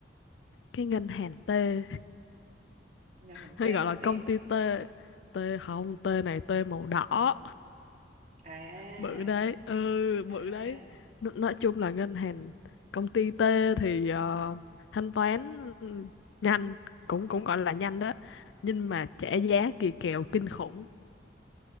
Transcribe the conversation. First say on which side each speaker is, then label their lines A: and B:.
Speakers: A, on the left (about 85°); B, on the right (about 45°).
A: cái ngân hàng T
B: ngày
A: hay
B: T
A: gọi
B: màu
A: là
B: tím
A: công ty T T không
B: Ngày-
A: T này T màu đỏ
B: à
A: bự đấy ừ bự
B: à
A: đấy N nói chung là ngân hàng công ty T thì ờ, thanh toán ừ, nhanh cũng cũng gọi là nhanh đó nhưng mà trả giá kỳ kèo kinh khủng